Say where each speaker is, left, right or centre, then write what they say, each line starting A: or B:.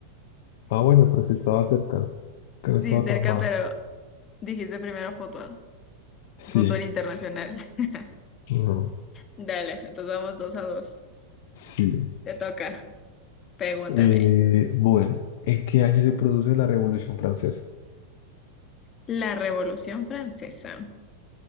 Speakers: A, on the left; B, on the left.
A: Ah, bueno, pero sí estaba cerca, que no estaba
B: Sí, cerca,
A: tan mal.
B: pero dijiste primero fútbol,
A: Sí,
B: fútbol internacional. <laughs>
A: no,
B: Dale, entonces vamos dos a dos.
A: sí.
B: Te toca, pregúntame.
A: Eh, bueno, ¿en qué año se produce la Revolución Francesa?
B: La Revolución Francesa.